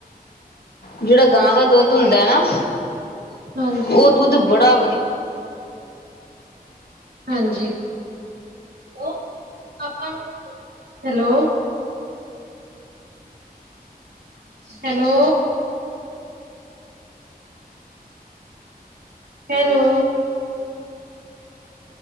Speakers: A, on the left; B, on the right.
A: ਜੇਹੜਾ ਗਾਂ ਦਾ ਦੁੱਧ ਹੁੰਦਾ ਐ ਨਾ।
B: ਹਾਂਜੀ
A: ਉਹ ਦੁੱਧ ਬੜਾ ਵਧੀਆ
B: ਹਾਂਜੀ, ਉਹ ਆਪਾ ਨੂੰ। ਹੈਲੋ! ਹੈਲੋ। ਹੈਲੋ।